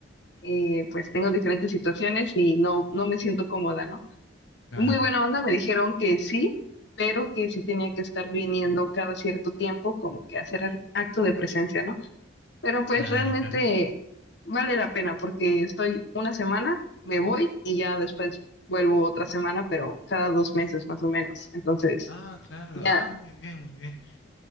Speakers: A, on the left; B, on the left.
A: eh, pues tengo diferentes situaciones y no, no me siento cómoda, ¿no?
B: Claro,
A: Muy buena onda, me dijeron que sí, pero que sí tenía que estar viniendo cada cierto tiempo, como que hacer al- acto de presencia, ¿no? Pero pues
B: claro,
A: realmente
B: claro.
A: vale la pena porque estoy una semana, me voy y ya después vuelvo otra semana, pero cada dos meses más o menos. Entonces,
B: Ah, claro.
A: ya,
B: Ah, muy bien, muy bien.